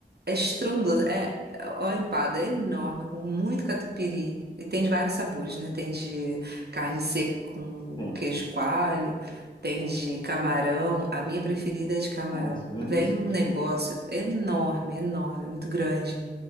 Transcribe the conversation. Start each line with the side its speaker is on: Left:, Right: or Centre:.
Right: é estrondoso. É é uma empada enorme, com muito catupiry. E tem de vários sabores, né? Tem de carne seca com
Left: sim.
Right: queijo coalho, tem de camarão. A minha preferida é de camarão.
Left: Nossa, que delícia.
Right: Vem um negócio enorme, enorme, muito grande.